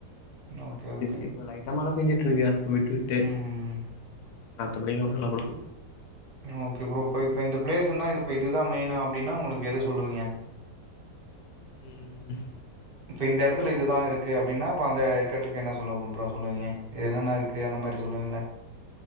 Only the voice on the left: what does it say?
முடிஞ்சு
இப்ப லைட்டா மழ பெஞ்சிட்டு இருக்கு விட்டு விட்டு
மத்தபடி இங்க ஒன்னுல ப்ரோ
உம்